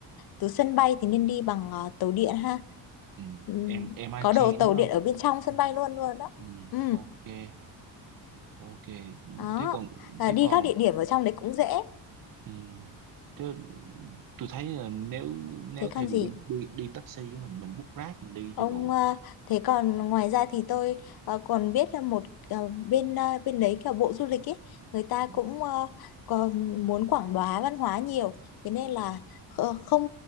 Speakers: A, on the left; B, on the right.
A: từ sân bay thì nên đi bằng ờ, tàu điện ha
B: ừ
A: Ừm,
B: em MIT
A: có đồ tàu
B: đúng
A: điện
B: không
A: ở bên trong sân
B: ừ
A: bay luôn luôn đó
B: ừ
A: ừ
B: ok ok
A: đó
B: thế còn
A: À,
B: thế
A: đi
B: còn
A: các địa điểm ở trong đấy cũng dễ
B: ừ thế tôi thấy là nếu nếu
A: thế còn
B: thay vì
A: gì
B: đi đi đi taxi á, mình mình book Grab mình đi
A: Ông
B: cho rồi
A: ờ, thế còn ngoài ra thì tôi ờ, còn biết là một ờ, bên ờ, bên đấy kiểu bộ du lịch ấy người ta cũng
B: ừ
A: ờ, còn muốn quảng bá văn hóa nhiều thế nên là ờ, không